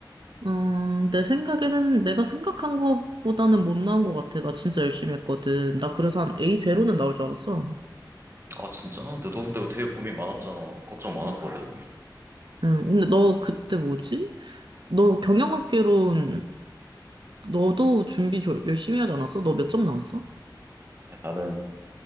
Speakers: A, on the right (about 75°); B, on the right (about 30°).
A: 어, 내 생각에는 내가 생각한 것보다는 못 나온 것 같아. 나 진짜 열심히 했거든. 나 그래서 한 A0는 나올 줄 알았어.
B: 아, 진짜? 근데 너 근데 되게 고민 많았잖아. 걱정 많았거든.
A: 응, 응, 근데 너 그때 뭐지? 너 경영학개론 너도 준비 졸- 열심히 하지 않았어? 너 몇 점 나왔어?
B: 아, 나는,